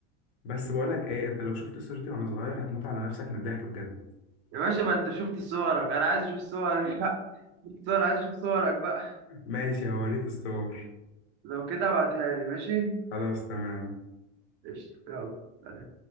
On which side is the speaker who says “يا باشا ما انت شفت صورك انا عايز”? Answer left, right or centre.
Right